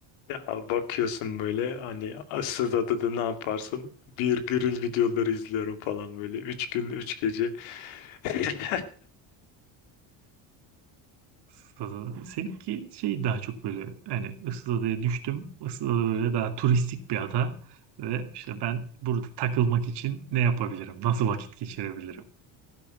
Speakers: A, on the left; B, on the right.
A: Ya bakıyorsun böyle hani asıl adı da ne yaparsın? Bir grill videoları izliyorum falan böyle. Üç gün, üç gece. <laughs>
B: Issız Ada- Seninki şey daha çok böyle hani ıssız adaya düştüm. Issız ada böyle daha turistik bir ada. Ve işte ben burada takılmak için ne yapabilirim? Nasıl vakit geçirebilirim?